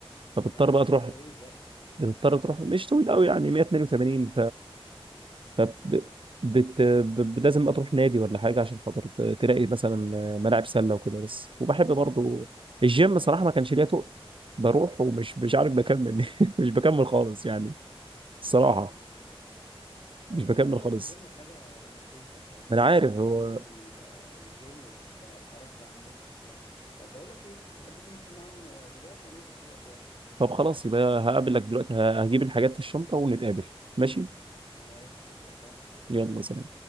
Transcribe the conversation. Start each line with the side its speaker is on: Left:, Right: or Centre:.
Right: فبتضطر
Left: اه ده
Right: بقى
Left: انت اكيد
Right: تروح
Left: طويل بقى
Right: بتضطر تروح مش طويل قوي يعني 182 طب
Left: اه
Right: بت... بت... ب- لازم اروح نادي ولا حاجه عشان خاطر ت- تلاقي مثلا ملاعب سله وكده بس وبحب برضو الجيم صراحه ما كانش ليا تقل بروح ومش مش عارف بكمل <laughs> مش بكمل خالص يعني الصراحه
Left: اه طب
Right: مش
Left: والله
Right: بكمل خالص
Left: هو الجيم حاجة لطيفة الصراحة
Right: ما
Left: يعني
Right: انا عارف
Left: أنا بنزل
Right: هو
Left: كل يوم ال- آه، الجيم ب- برفع عن نفسي شوية طب بقول لك إيه تحب تنزل معانا دلوقتي أنا نازل دلوقتي يلا
Right: طب خلاص يبقى هقابلك دلوقتي ه- هجيب الحاجات في الشنطه ونتقابل ماشي
Left: ماشي اتفقنا سلام
Right: يلا سلام